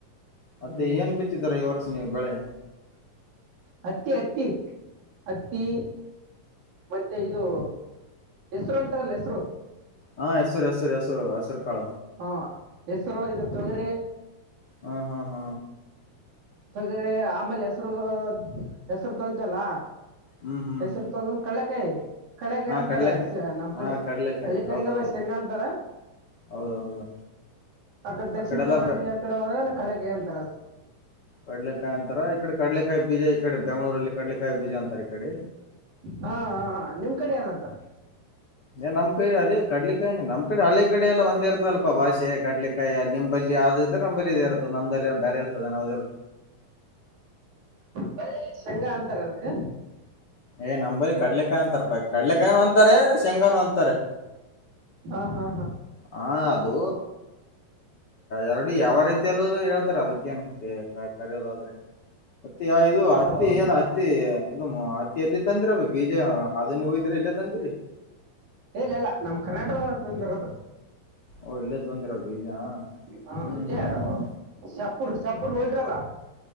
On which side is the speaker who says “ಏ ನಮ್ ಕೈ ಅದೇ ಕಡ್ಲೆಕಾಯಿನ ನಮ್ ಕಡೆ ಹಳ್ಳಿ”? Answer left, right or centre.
Left